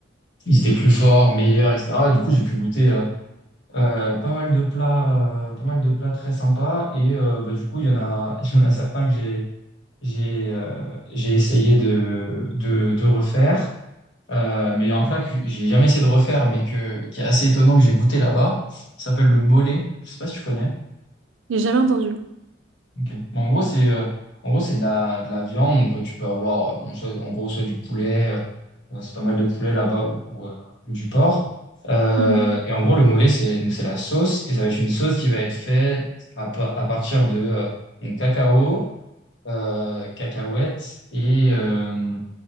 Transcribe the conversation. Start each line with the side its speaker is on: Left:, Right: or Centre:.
Left: ils étaient plus forts, meilleurs, etc. Et du coup, j'ai pu goûter euh, euh, pas mal de plats, euh, pas mal de plats très sympas. Et euh, bah, du coup, il y en a, <laughs> il y en a certains que j'ai j'ai euh, j'ai essayé de, de, de refaire, euh, mais un plat que j'ai jamais essayé de refaire, mais que, qui est assez étonnant que j'ai goûté là-bas, ça s'appelle le mollet. Je sais pas si tu connais.
Right: j'ai jamais entendu.
Left: Ok. Mais en gros, c'est euh, en gros, c'est de la, de la viande. Donc, euh, tu peux avoir, euh, bon, soit- en gros, soit du poulet, euh, euh, c'est pas mal de poulet là-bas, ou, ou, euh, ou du porc. Euh,
Right: Mhm.
Left: et en gros, le mollet, c'est donc c'est la sauce, et ça va être une sauce qui va être faite à, pa- à partir de euh, donc, cacao, euh, cacahuètes et... euh,